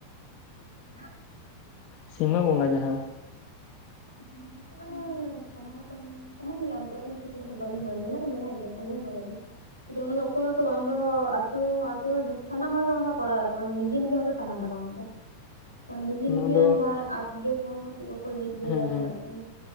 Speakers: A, on the left; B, on the left.
A: <unintelligible>
B: ᱥᱤᱢᱟᱹ ᱵᱚᱸᱜᱟ ᱡᱟᱦᱟᱸ
A: <unintelligible> <inaudible> ᱠᱤᱱᱛᱩ ᱚᱱᱟ ᱫᱚ ᱚᱠᱚᱭ ᱠᱚ ᱵᱟᱝ ᱫᱚ ᱟᱹᱛᱩ ᱟᱹᱛᱩ ᱥᱟᱱᱟᱢ ᱦᱚᱲ ᱜᱮ ᱚᱱᱟ ᱠᱚᱨᱟᱣ ᱫᱟᱲᱮᱭᱟᱜ ᱟᱠᱚ ᱱᱤᱡᱮ ᱱᱤᱡᱮ ᱛᱟᱦᱮᱱ ᱛᱟᱠᱚᱣᱟ ᱢᱮᱱᱛᱮ ᱾
B: <inaudible>
A: ᱱᱤᱡᱮ
B: ᱚᱱᱟ
A: ᱱᱤᱡᱮ
B: ᱫᱚ
A: ᱨᱮᱱ ᱡᱟᱦᱟᱸᱭ ᱟᱵᱜᱮ ᱠᱚᱦᱚ ᱠᱚ ᱪᱮᱜ ᱠᱚ ᱠᱚ ᱞᱟᱹᱭ ᱜᱮᱭᱟ
B: ᱦᱮᱸ
A: ᱡᱟᱭ ᱦᱳᱜ
B: ᱦᱮᱸ
A: ᱢᱤᱫᱴᱮᱱ